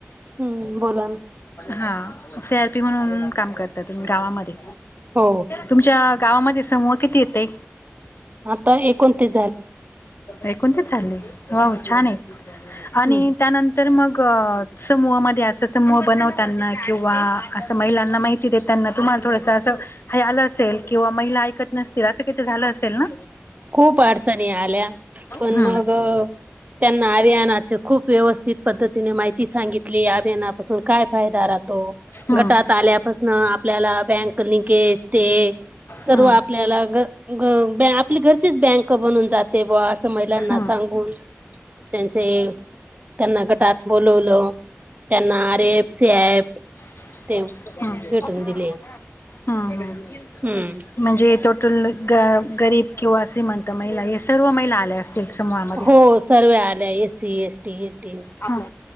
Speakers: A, on the right; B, on the left.
A: हू बोला ना.
B: हा सी आर पी म्हणून काम करता तुम्ही गावामध्ये.
A: हो.
B: तुमच्या गावामध्ये समूह किती आहेत ताई?
A: आता एकोणतीत.
B: एकोणतीस झाले? हो छान ये. आणि
A: हम्म.
B: त्यांनंतर तर मग समूहामध्ये, असा समूह बनवताना किंवा असं महिलांना माहि ते देताना, तुम्हाला थोडसं असं हे आलं असेल. किंवा महिला ऐकत नसतील असं काहीतरी झालं असेल ना?
A: खूप अडचणी आल्या, पण
B: हम्म.
A: मग त्यांना अभियानाचे खूप व्यवस्थित पद्धतीने माहिती सांगितली. अभियानापासून काय फायदा राहतो,
B: हम्म
A: गटात आल्यापासनं आपल्याला बँक गणीकेस ते सर्व
B: हम्म
A: आपल्याला ग, ग, आपले गण तीच बँक बनून जाते बॉ, असं महिलांना
B: हम्म हम्म
A: सांगून त्यांचे त्यांना गटात बोलवलं, त्यांना R F, C I F
B: हम्,
A: ते भेटून
B: हम्,
A: दिले
B: हम्.
A: हम्म
B: म्हणजे टोटल ग गरीब किंवा श्रीमंत तं महिला हे सर्व महिला आल्या असतील समूहामध्ये.
A: हो सर्व आल्या S C S T N T
B: ह